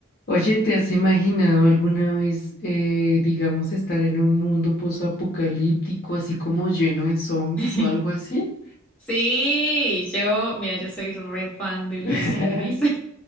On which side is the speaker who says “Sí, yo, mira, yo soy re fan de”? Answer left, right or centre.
Centre